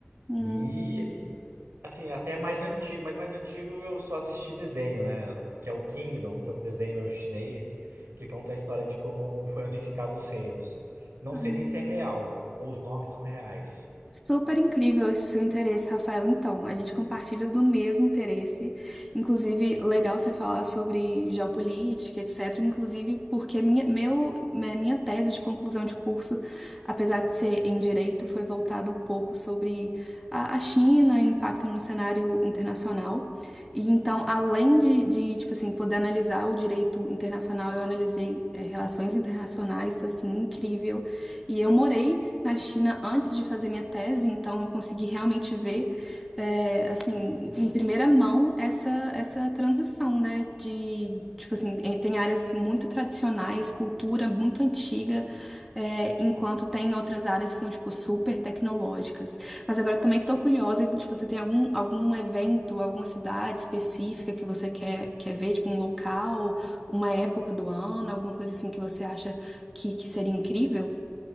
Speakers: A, in the centre; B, on the right (about 70°).
A: hum,
B: E Assim, até mais antigo, mas mais antigo eu só assisti desenho, né? Que é o Kingdom, que é um desenho chinês que conta a história de como foi unificado os reinos. Não
A: hum.
B: sei nem se é real ou os nomes são reais.
A: Super incrível esse seu interesse, Rafael. Então, a gente compartilha do mesmo interesse. Inclusive, legal você falar sobre geopolítica, etc. Inclusive, porque minha, meu, minha minha tese de conclusão de curso, apesar de ser em direito, foi voltada um pouco sobre a, a China e o impacto no cenário internacional. E então, além de, de, tipo assim, poder analisar o direito internacional, eu analisei, eh, relações internacionais, foi assim, incrível. E eu morei na China antes de fazer minha tese, então eu consegui realmente ver, é, assim, em primeira mão essa, essa transição, né? De, tipo assim, eh, tem áreas muito tradicionais, cultura muito antiga, é, enquanto tem outras áreas que são, tipo, super tecnológicas. Mas agora eu também tô curiosa, tipo, você tem algum, algum evento, alguma cidade específica que você quer, quer ver, tipo, um local, uma época do ano, alguma coisa assim que você acha que, que seria incrível?